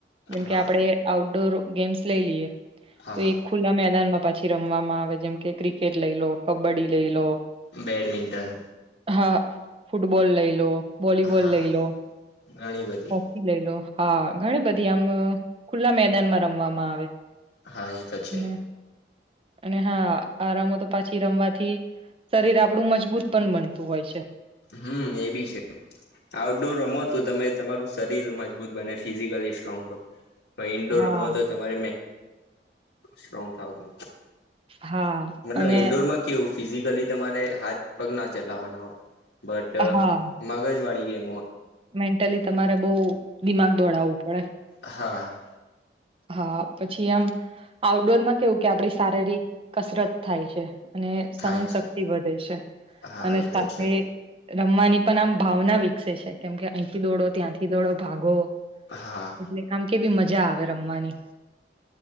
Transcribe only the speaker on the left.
હા
હા
હા
બેડમિન્ટન
હા
ઘણી બધી
હા એ તો છે
હમ એ બી છે આઉટડોર રમો તો તમે તમારું શરીર મજબૂત બને ફિઝિકલી સ્ટ્રોંગ રહો ઇન્ડોર
રમો તો તમા સ્ટ્રો થ
મતલબ
ઈન્ડોરમાં કેવું ફિઝિકલી તમારે હાથ પગ ના ચલાવવાના હોય બટ
મગજ વાળી ગેમ
હા
થાય
છે
હા
એ તો
છે
હા